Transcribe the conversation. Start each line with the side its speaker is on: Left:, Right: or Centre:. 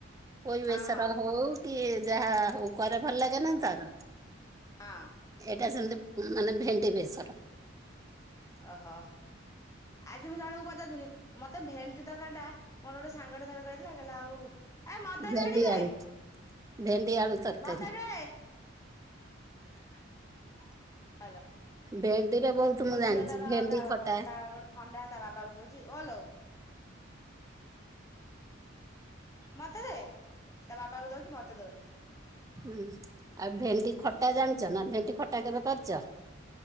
Right: ପୋଇ
Left: ହଁ ହଁ
Right: ବେଶର
Left: ହଁ
Right: ହଉ କି ଯାହା ହଉ କରେ ଭଲ ଲାଗେନା ତାର।
Left: ହଁ।
Right: ଏଇଟା ସେମିତି ମାନେ ଭେଣ୍ଡି ବେଶର।
Left: ଓହୋ ଆଜି ମୁଁ ଜଣଙ୍କୁ ପଚାରୁଥିନି। ମତେ ଭେଣ୍ଡି ତରକାରି ଟା ମୋର ଗୋଟେ ସାଙ୍ଗ ଥରେ କହିଥିଲା କହିଲା ଆଉ ଏ ମତ
Right: ଭେଣ୍ଡି
Left: ଦେ ଟିକେ
Right: ଆଳୁ ଭେଣ୍ଡି ଆଳୁ ତରକାରୀ।
Left: ମତେ ଦେ ହ୍ୟାଲୋ।
Right: ଭେଣ୍ଡିରେ ବହୁତ
Left: ମୋ
Right: ମୁଁ ଜାଣିଛି
Left: ଝିଅ ତାର
Right: ଭେଣ୍ଡି
Left: ତା
Right: ଖଟା।
Left: ତା ଗୋଟେ ଥଣ୍ଡା ତା ବାବା କୁ ଦଉଛି ଓଲୋ। ମତେ ଦେ ତା ବାବା କୁ ଦଉଛି ମତେ ଦଉନି।
Right: ହୁଁ ଆଉ ଭେଣ୍ଡି
Left: ହୁଁ
Right: ଖଟା ଜାଣିଛ ନା ଭେଣ୍ଡି ଖଟା କେବେ କରିଛ।